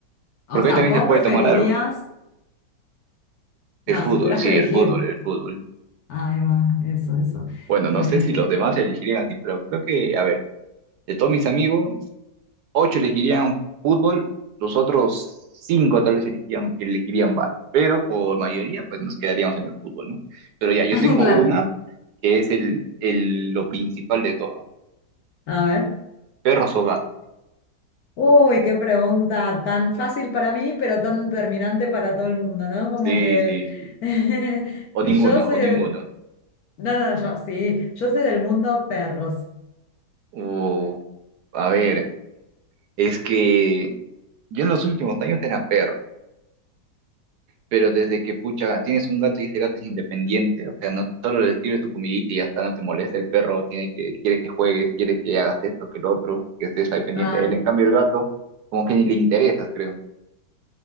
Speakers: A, on the left; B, on the right.
A: O
B: Porque
A: sea,
B: ahí también
A: vos
B: se puede
A: preferirías,
B: tomar algo.
A: no,
B: El fútbol,
A: si tuvieras
B: sí,
A: que elegir.
B: el fútbol, el fútbol.
A: Ahí va, eso, eso.
B: Bueno,
A: Está
B: no sé
A: bien.
B: si los demás elegirían así, pero creo que, a ver, de todos mis amigos, ocho elegirían fútbol, los otros cinco tal vez elegirían, elegirían bar, pero por mayoría pues nos quedaríamos en el fútbol, ¿no? Pero ya, yo
A: <laughs>
B: tengo
A: Claro.
B: una que es el, el, lo principal de todo,
A: A ver.
B: perros o gatos.
A: Uy, qué pregunta tan fácil para mí, pero tan determinante para todo el mundo, ¿no? Como
B: Sí,
A: que
B: sí, sí.
A: <laughs>
B: O
A: yo
B: ninguno,
A: soy
B: o
A: del...
B: ninguno.
A: No, no, yo sí, yo soy del mundo perros.
B: O, a ver, es que yo en los últimos años era perro, pero desde que, pucha, tienes un gato y este gato es independiente, o sea, no solo le sirves tu comidita y ya está, no te molesta, el perro tiene que, quiere que juegues, quiere que hagas esto, que lo otro, que estés ahí pendiente
A: Ah,
B: de él, en cambio el gato, como que ni le interesas, creo.